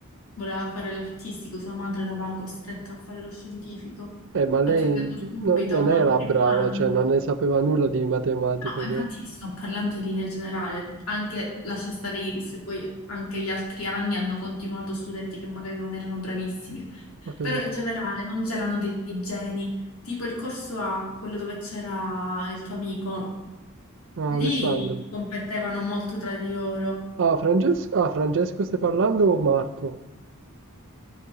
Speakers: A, on the left; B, on the right.
A: voleva fare l'artistico, sua madre l'aveva costretta a fare lo scientifico,
B: Eh, ma lei
A: ha cambiato subito,
B: no- non
A: ma
B: era
A: al primo
B: brava,
A: anno.
B: cioè non ne sapeva nulla di matematica,
A: No, ma
B: che...
A: infatti sto parlando in linea generale, anche lascia stare Iris, e poi anche gli altri anni hanno continuato studenti che magari non erano bravissimi,
B: ho capito.
A: però in generale non c'erano dei geni, tipo il corso A, quello dove c'era il tuo amico,
B: Ah,
A: lì
B: Alessandro.
A: competevano molto tra di loro,
B: Ah, Francesco, ah, Francesco stai parlando o Marco?